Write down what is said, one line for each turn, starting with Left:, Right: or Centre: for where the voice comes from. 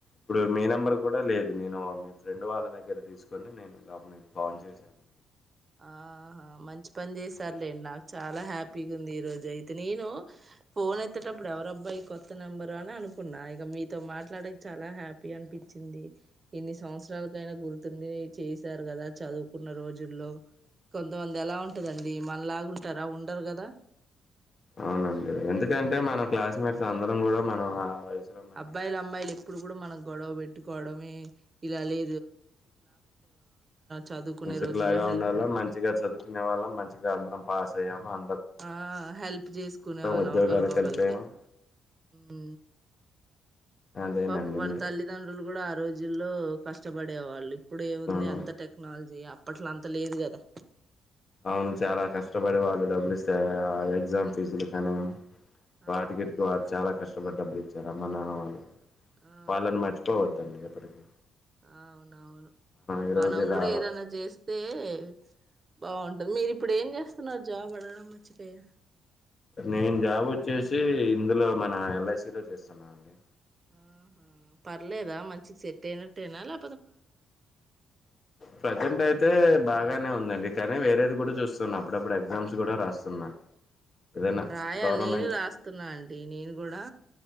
Left: ఇప్పుడు మీ నెంబర్ కూడా లేదు నేను మీ ఫ్రెండ్ వాళ్ళ దగ్గర తీసుకొని నేను లోప మీకు ఫోన్ చేశానండి
Right: ఆహా మంచి పని చేసారులేం నాకు చాలా హ్యాపీగా ఉంది ఈ రోజు అయితే నేను ఫోన్ ఎతేేటప్పుడు ఎవర అబ్బాయి కొత్త నెంబరు అని అనుకున్నా, ఇక మీతో మాట్లాడక చాలా హ్యాపీ అనిపించింది, ఇన్ని సంవత్సరాలకైనా గుర్తుండి చేసారు కదా చదువుకున్న రోజుల్లో కొంతమంది ఎలా ఉంటదండి మన లాగుంటారా ఉండరు కదా
Left: అవునండి ఎందుకంటే మన క్లాస్మేట్స్ అందరం కూడా మనం వయసులో మంచిగా
Right: అబ్బాయిలు అమ్మాయిలు ఎప్పుడు కూడా మనం గొడవ పెట్టుకోవడమే ఇలా లే చదువుకునే
Left: ప్రిన్సిపుల్
Right: రోజుల్లో
Left: లాగా
Right: హెల్ప్
Left: ఉంలో మంచిగా చదువుకునే వాళ్ళం మంచిగా అందరం పాస్ ఆయమ అ
Right: ఆ హెల్ప్ చేసుకునే వాళ్ళం
Left: ఉద్యోగాలకు
Right: ఒకలోకలికి
Left: వెళ్ళిపోయాము
Right: మ్
Left: అదేనండి
Right: పప మన
Left: మీరు
Right: తల్లిదండ్రులు కూడా ఆ రోజుల్లో కష్టపడే వాళ్ళు ఇప్పుడు ఏముంది
Left: అవును
Right: అంత టెక్నాలజీ యాప్ అప్పట్లో అంత లేదు కదా
Left: అవును చాలా కష్టపడి వాళ్ళు డబ్బులు ఇస్తా ఆ ఎగ్జామ్ ఫీజులు కానీ వాటికిడికి
Right: ఆ అవును
Left: వాళ్ళు చాలా కష్టపడ్డ జరా మనన వాళ్ళు కూడా
Right: ఆ
Left: పాలన మర్చిపోవద్దండి ఎప్పటికీ
Right: అవునవును
Left: ఈరోజు
Right: మనం
Left: ఇలా
Right: కూడా ఏదనా చేస్తేయే బాగుంటుంది మీరు ఇప్పుడు ఏం చేస్తున్నారు జాబ్ అడగడం మర్చిపోయా
Left: నేను జాబ్ వచ్చేసి ఇందులో మన ఎల్ఐసిలో చేస్తున్నాను
Right: ఆహా పర్లేదా మంచికి సెట్ అయినట్టయేనా లే
Left: ప్రజెంట్ అయితే బాగానే ఉందండి కానీ వేరేది కూడా చూస్తున్నా అప్పుడప్పుడు ఎగ్జామ్స్ కూడా రాస్తున్నా ఏదైనా
Right: ఆ రాయాలి
Left: గవర్నమెంట్
Right: నేను రాస్తున్నా అండి నేను కూడా